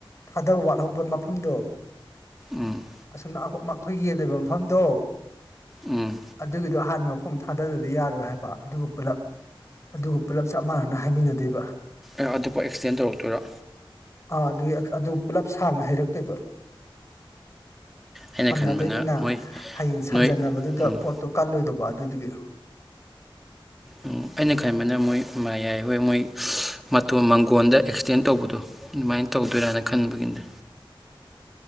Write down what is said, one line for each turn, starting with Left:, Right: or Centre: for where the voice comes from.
Left: ꯊꯥꯗꯕ ꯋꯥꯠꯍꯧꯕ ꯃꯐꯝꯗꯣ
Centre: ꯎꯝ
Left: ꯑꯁ ꯑꯩꯈꯣꯏ ꯌꯦꯟꯜꯂꯤꯕ ꯃꯐꯝꯗꯣ
Centre: ꯎꯝ
Left: ꯑꯗꯨꯒꯤ ꯑꯗꯨ ꯑꯍꯥꯟꯕ ꯃꯈꯣꯡ ꯊꯥꯗꯗꯗꯤ ꯌꯥꯔꯣꯏ ꯍꯥꯏꯕ ꯑꯗꯨꯒ ꯄꯨꯂꯞ ꯑꯗꯨꯒ ꯄꯨꯂꯞ ꯆꯞ ꯃꯥꯟꯅꯅ ꯍꯥꯏꯃꯤꯟꯅꯗꯣꯏꯕ
Centre: ꯑꯦ ꯑꯗꯨꯕꯨ ꯑꯦꯛꯁꯇꯦꯟ ꯇꯧꯔꯛꯇꯣꯏꯔꯥ
Left: ꯑꯥ ꯑꯗꯨꯒꯤ ꯑꯗꯨ ꯄꯨꯂꯞ ꯁꯥꯡꯅ ꯍꯩꯔꯛꯇꯣꯏꯕ
Centre: ꯑꯩꯅ
Left: ꯁꯝꯅꯗꯣꯏꯅꯤꯅ
Centre: ꯈꯟꯕꯅ ꯃꯣꯏ
Left: ꯍꯌꯦꯡ ꯁꯝꯖꯟꯅꯕꯗꯨꯗ
Centre: ꯅꯣꯏ ꯎꯝ
Left: ꯄꯣꯠꯇꯣ ꯀꯜꯂꯣꯏꯗꯧꯕ ꯋꯥꯗꯨꯗꯨꯒ
Centre: ꯎꯝ ꯑꯩꯅ ꯈꯟꯕꯅ ꯃꯣꯏ ꯃꯥ ꯌꯥꯏ ꯍꯣꯏ ꯃꯣꯏ ꯃꯇꯣꯟ ꯃꯪꯒꯣꯟꯗ ꯑꯦꯛꯁꯇꯦꯟ ꯇꯧꯕꯗꯣ ꯑꯗꯨꯃꯥꯏꯅ ꯇꯧꯗꯣꯏꯔꯥꯅ ꯈꯟꯕꯒꯤꯅꯦ